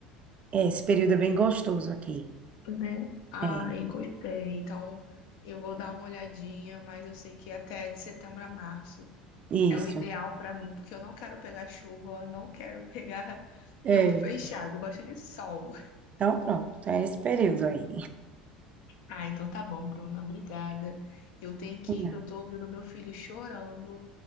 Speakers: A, on the right; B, on the left.
A: É, esse período é bem gostoso aqui.
B: né? Ai,
A: É,
B: gostei. Então, eu vou dar uma olhadinha, mas eu sei que até de setembro a março
A: isso.
B: é o ideal pra mim, porque eu não quero pegar chuva, não quero pegar <laughs>
A: É.
B: tempo fechado, eu gosto de sol.
A: Então, pronto, tá esse período aí.
B: Ah, então tá bom, Bruna. Obrigada. Eu tenho que
A: Hum,
B: ir, que eu tô ouvindo meu filho chorando.